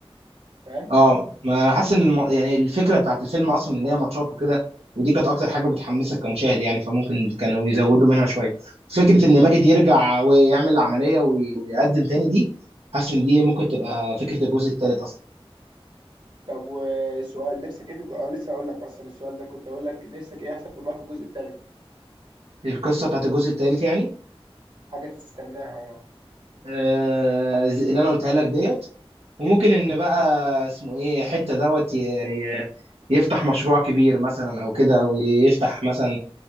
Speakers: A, on the right; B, on the right.
A: فاهم
B: اه ما حاسس ان الم- يعني الفكره بتاعت الفيلم اصلا ان هي ماتشات وكده ودي كانت اكتر حاجه بتحمسك كمشاهد يعني فممكن كانوا يزودوا منها شويه فكره ان ماجد يرجع
A: ايوه
B: ويعمل العمليه وي- ويقدم تاني دي حاسس ان دي ممكن تبقى فكره الجزء الثالث اصلا
A: طب وسؤال نفسك ايه في الج... آه لسه اقول لك اصلا السؤال ده كنت اقول لك نفسك ايه يحصل بقى في الجزء الثالث
B: القصه بتاعت الجزء الثالث يعني
A: حاجه تستناها
B: آه ز- اللي انا قلتها لك ديت وممكن ان بقى اسمه ايه حته دوت ي- ي- يفتح مشروع كبير مثلا او كده او يفتح مثلا